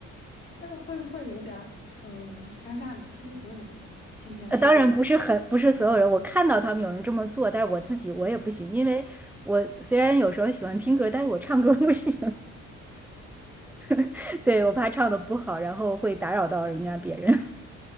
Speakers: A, on the left; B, in the centre.
A: 那会不会有点儿呃尴尬呢？是不是所有人都能听见呢？
B: 呃，当然不是很不是所有人，我看到他们有人这么做，但是我自己我也不行，因为我虽然有时候喜欢听歌，但是我唱歌不行，<laughs> 对，我怕唱的不好，然后会打扰到人家别人。